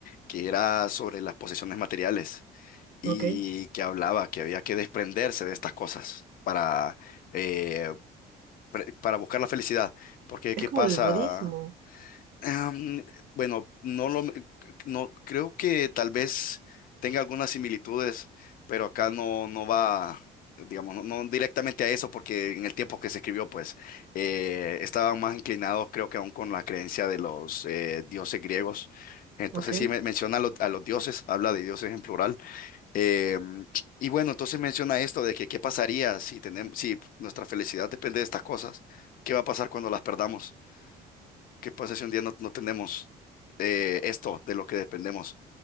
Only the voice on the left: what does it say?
que era sobre las posesiones materiales y
que hablaba que había que desprenderse de estas cosas para, eh, pre- para buscar la felicidad. Porque ¿qué
pasa?
Am, bueno, no lo, no, creo que tal vez tenga algunas similitudes, pero acá no, no va, digamos, no, no directamente a eso, porque en el tiempo que se escribió, pues, eh, estaban más inclinados, creo que aún con la creencia de los eh, dioses griegos. Entonces
sí me- menciona a los, a los dioses, habla de dioses en plural. Em, y bueno, entonces menciona esto de que qué pasaría si tenemos, si nuestra felicidad depende de estas cosas, ¿qué va a pasar cuando las perdamos? ¿Qué pasa si un día no, no tenemos eh, esto de lo que dependemos?